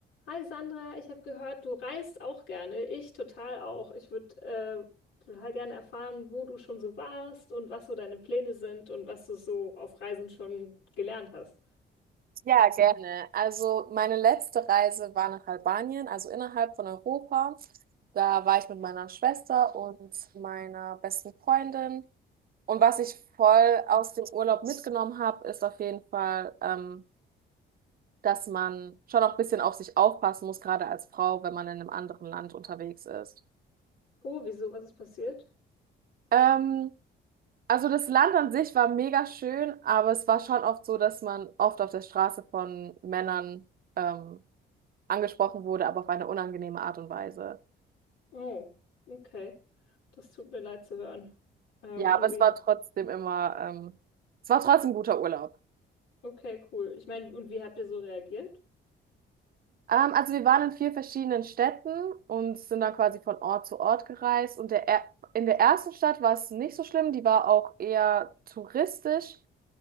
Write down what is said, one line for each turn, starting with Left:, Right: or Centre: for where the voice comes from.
Left: Hi Sandra, ich habe gehört, du reist auch gerne. Ich total auch. Ich würde äh, total gerne erfahren, wo du schon so warst und was so deine Pläne sind und was du so auf Reisen schon gelernt hast.
Right: Ja, gerne. Also meine letzte Reise war nach Albanien, also innerhalb von Europa. Da war ich mit meiner Schwester und meiner besten Freundin. Und was ich voll aus dem Urlaub mitgenommen habe, ist auf jeden Fall, ähm, dass man schon auch ein bisschen auf sich aufpassen muss, gerade als Frau, wenn man in einem anderen Land unterwegs ist.
Left: Oh, wieso? Was ist passiert?
Right: Ähm, also das Land an sich war mega schön, aber es war schon oft so, dass man oft auf der Straße von Männern ähm, angesprochen wurde, aber auf eine unangenehme Art und Weise.
Left: Oh, okay. Das tut mir leid zu hören. Ähm,
Right: Ja,
Left: und
Right: aber es
Left: wie?
Right: war trotzdem immer, ähm, es war trotzdem ein guter Urlaub.
Left: Okay, cool. Ich meine, und wie habt ihr so reagiert?
Right: Ähm, also wir waren in vier verschiedenen Städten und sind dann quasi von Ort zu Ort gereist. Und der, er- in der ersten Stadt war es nicht so schlimm, die war auch eher touristisch.